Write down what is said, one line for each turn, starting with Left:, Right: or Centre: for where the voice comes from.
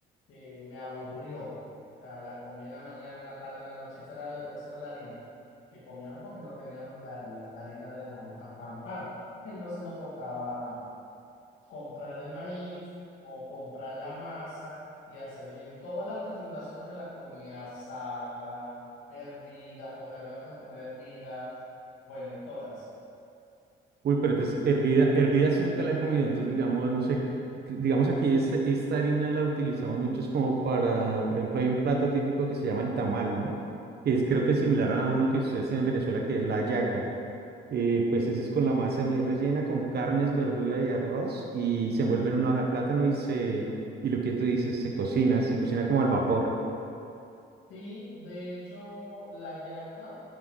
Left: que me aburrió. O sea, la comía en la mañana, en la tarde, en la noche. Esa era, el- esa era la harina que comíamos porque no teníamos la, la, la harina de las arepas pan pan. Entonces nos tocaba comprar el maíz o comprar la masa y hacer bien todas las presentaciones me las comía asada, hervida, porque también las puedes comer hervida. Bueno, en todas.
Right: Uy, pero entonces hervida, hervida sí nunca la he comido. Entonces digamos, no sé, cre- digamos aquí es- esta harina la utilizamos mucho es como para, por ejemplo, hay un plato típico que se llama el tamal, ¿no? Que es creo que es similar a uno que ustedes en Venezuela, que es la hallaca. Eh, pues ese es con la masa de maíz rellena, con carnes, verdura y arroz, y se envuelve en una hoja de plátano y se, y lo que tú dices, se cocina, se cocina como al vapor.
Left: Sí, de hecho, la yaca,